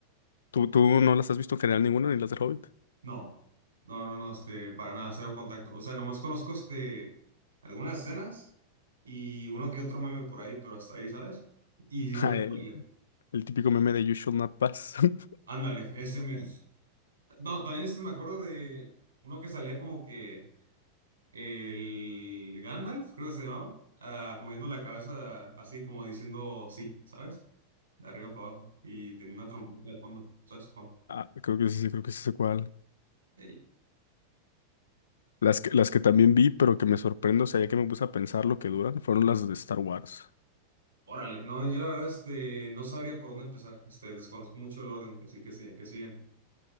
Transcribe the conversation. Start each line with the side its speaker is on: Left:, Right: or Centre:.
Left: ¿Tú, tú no las has visto en general ninguna, ni las del Hobbit?
Right: No, no, no, no, este, para nada, cero contacto. O sea, nomás conozco, este, algunas escenas y uno que otro meme por ahí, pero hasta ahí, ¿sabes? Y
Left: <laughs>
Right: un
Left: Ja,
Right: spoiler.
Left: El, el típico meme de You should Not Pass. <laughs>
Right: Ándale, <laughs> ese mes. No, también este me acuerdo de uno que salía como que el Gandalf, creo que se llamaba, ah, moviendo la cabeza así como diciendo sí, ¿sabes? De arriba para abajo y tenía una trompeta de fondo, saxofón.
Left: Ah, creo que sí, creo que sí sé cuál.
Right: Ey,
Left: Las que, las que también vi, pero que me sorprendo, o sea, ya que me puse a pensar lo que duran, fueron las de Star Wars.
Right: órale, no, yo la verdad este, no sabría por dónde empezar, este, desconozco mucho el orden, así que, sí- que siguen.